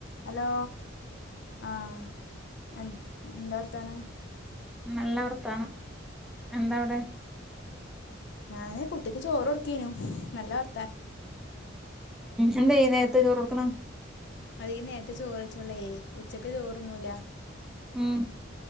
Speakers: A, on the left; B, in the centre.
A: Hello ആഹ് എഹ് എന്താ വർത്താനം
B: നല്ല വർത്തന എന്താവിടെ
A: ഞാന് കുട്ടിക്ക് ചോറ് കൊടുക്കനു നല്ലർ
B: എന്താ ഈ നേരത്തെ ചോറ് കൊടുക്കണേ
A: അത് ഈ നേരത്തെ ചോറെയ്ച്ചൊള്ളേ ഉച്ചക്ക് ചോറുന്നൂല്ല
B: ഉം